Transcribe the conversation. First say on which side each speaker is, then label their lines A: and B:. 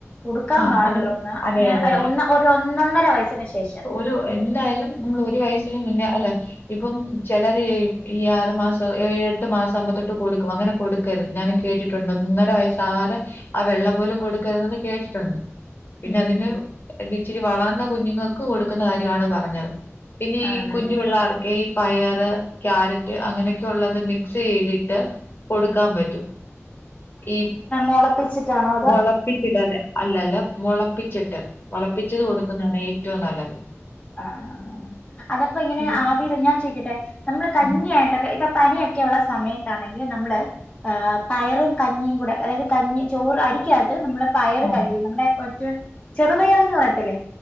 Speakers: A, on the left (about 20°); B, on the left (about 45°).
A: കൊടുക്കാം
B: ആഹ്
A: പാടുള്ളൂന്നാ
B: അതെ. അതെ
A: ഞ
B: അതെ
A: ഏഹ്
B: അതെ.
A: ഒന്നാ ഒരൊ ഒന്നൊന്നര വയസ്സിന് ശേഷം.
B: രു എന്തായാലും മ്മള് ഒരു വയസ്സിന് മുന്നെ അല്ലെ. ഇപ്പം ചെലര് ഇ ഈ ആറ് മാസം. ഏഴെട്ട് മാസാവ് മ്പൊത്തൊട്ട് കൊടുക്കും. അങ്ങനെ കൊട്.... ക്കര്ത്. ഞാനും കേട്ടിട്ടുണ്ട് ഒന്നൊന്നര വയസ്സാവാതെ ആ വെള്ള പോലും കൊടുക്കരുതെന്ന് കേട്ട്.... ട്ടുണ്ട്. പിന്നെ
A: ഉം
B: അതിന് ഇച്ചിരി വളർന്ന കുഞ്ഞുങ്ങൾക്ക് കൊട്ക്കുന്ന കാര്യാണ് പറഞ്ഞത്. പിന്നെ ഈ
A: ആണല്ലേ
B: കുഞ്ഞു പിള്ളാർ.... ക്ക് ഈ പയറ്, ക്യാരറ്റ് അങ്ങനെയൊക്കെ ഉള്ളത് മിക്സെയ്തിട്ട്... കൊടുക്കാം പറ്റും. ഈ
A: തെളപ്പിച്ചിട്ടാണൊ?
B: മൊളപ്പിച്ചിടാതെ. അല്ല അല്ല മൊളപ്പിച്ചിട്ട്. മൊളപ്പിച്ചത് കൊടുക്കുന്നാന്നെ ഏറ്റവും നല്ലത്.
A: ആഹ് ആഹ് ആഹ്. അതപ്പ ഇങ്ങനെ
B: ഇത്
A: ആവീല് ഞാ ചോയിക്കട്ടെ നമ്മള് കഞ്ഞിയായിട്ടൊക്കെ
B: ഉം
A: ഇപ്പൊ പനിയൊക്കെ ഒള്ള സമയത്താണെങ്കിൽ നമ്മ്ള് ആഹ് പയറും, കഞ്ഞിയും കൂടെ അതായത് കഞ്ഞി, ചോറ് അരിക്കകത്ത് നമ്മള് പയറ്
B: ആഹ്
A: കഴുകി നമ്മടെ മറ്റെ ചെറുപയറ്ന്ന് പറയത്തില്ലെ